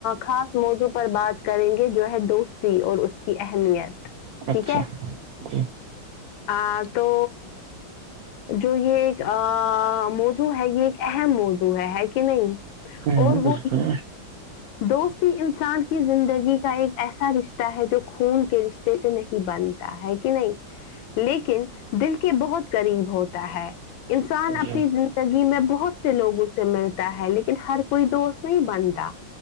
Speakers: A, on the left; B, on the right.
A: خاص موضوع پر بات کریں گے جو ہے دوستی اور اس کی اہمیت ٹھیک
B: اچھا
A: ہے
B: جی
A: ہاں تو جو یہ موضو ہے یہ اہم موضوع ہے ہے کہ نہیں
B: ہاں
A: اور
B: بالکل
A: وہ دوستی انسان کی زندگی کا ایک ایسا رشتہ ہے جو خون کے رشتے سے نہیں بنتی ہے کہ نہیں لیکن دل کے بہت قریب ہوتے تا ہے انسان اپنی
B: جی
A: زندگی میں بہت سے لوگوں سے ملتا ہے لیکن ہر کوئی دوست نہیں بنتا